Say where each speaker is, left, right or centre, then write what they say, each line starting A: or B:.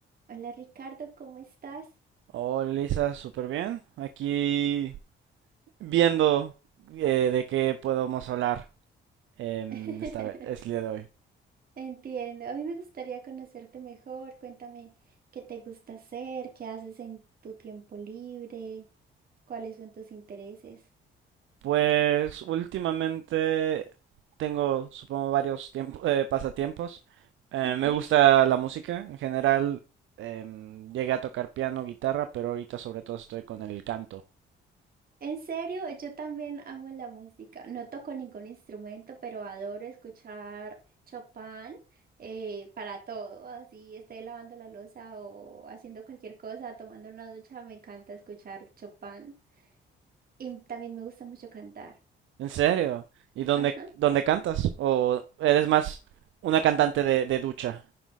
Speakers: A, on the right; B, on the right.
A: Hola Ricardo, ¿cómo estás?
B: Hola Lisa, súper bien. Aquí viendo eh, de qué podemos hablar em,
A: <laughs>
B: esta vez, este día de hoy.
A: Entiendo, a mí me gustaría conocerte mejor. Cuéntame qué te gusta hacer, qué haces en tu tiempo libre, cuáles son tus intereses.
B: Pues últimamente tengo, supongo, varios tiempo- <laughs> eh, pasatiempos. Eh,
A: Ujú.
B: me gusta la música en general. em, llegué a tocar piano, guitarra, pero ahorita sobre todo estoy con el canto.
A: En serio, yo también amo la música. No toco ningún instrumento, pero adoro escuchar Chopin eh, para todo. Así esté lavando la loza o haciendo cualquier cosa, tomando una ducha, me encanta escuchar Chopin. Y también me gusta mucho cantar.
B: ¿En serio? ¿Y dónde,
A: Ajá.
B: dónde cantas? ¿O eres más una cantante de, de ducha?